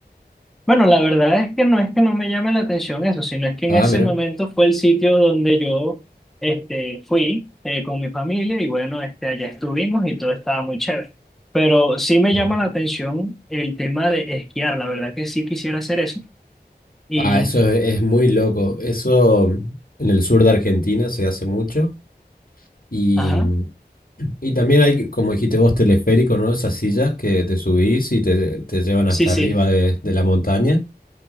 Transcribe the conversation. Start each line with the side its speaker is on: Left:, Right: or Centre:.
Centre: bueno, la verdad es que no es que no me llame la atención eso, sino es que
Left: Ah,
Centre: en ese
Left: mira.
Centre: momento fue el sitio donde yo, este, fui eh, con mi familia y bueno, este, allá estuvimos y todo estaba muy chévere. Pero sí me
Left: Ujú.
Centre: llama la atención el tema de esquiar, la verdad que sí quisiera hacer eso. Y,
Left: Ah, eso es, es muy loco. Eso en el sur de Argentina se hace mucho. y
Centre: ajá,
Left: Y también hay, como dijiste vos, teleférico, ¿no? Esas sillas que te subís y te, te llevan
Centre: sí,
Left: hasta
Centre: sí.
Left: arriba de, de la montaña.